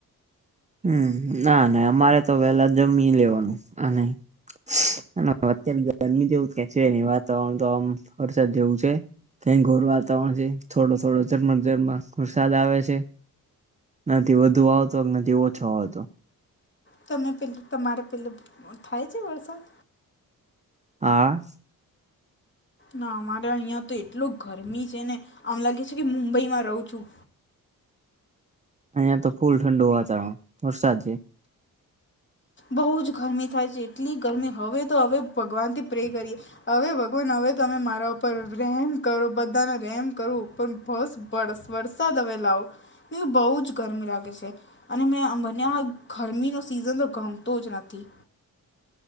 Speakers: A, on the right; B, on the left.
A: હમ્મ. ના-ના અમારે તો વહેલા જમી લેવાનું, આ નહીં. અને અત્યારે ગરમી જેવું કઈ છે નહીં, વાતાવરણ તો આમ વરસાદ જેવું છે. કેઈ ઘોર વાતાવરણ છે, થોડો-થોડો જરમર-જરમર વરસાદ આવે છે. નથી વધુ આવતો કે નથી ઓછો આવતો.
B: તમે પેલું તમારે પેલું થાય છે વરસાદ?
A: હા.
B: ના અમારા અહીંયા તો એટલું ગરમી છે ને, આમ લાગે છે કે મુંબઈમાં રહું છું.
A: અહિયાં તો ફૂલ ઠંડુ વાતાવરણ. વરસાદ છે.
B: બહુ જ ગરમી થાય છે, એટલી ગરમી હવે તો હવે ભગવાનથી પ્રે કરીએ હવે ભગવાન હવે તમે મારા ઉપર રહેમ કરો, બધાને રહેમ કરો ઉપમ બસ વરસ વરસાદ હવે લાવો, ને બહુ જ ગરમી લાગે છે. અને મેં આ મને આ ગરમીનો સિઝન તો ગમતો જ નથી.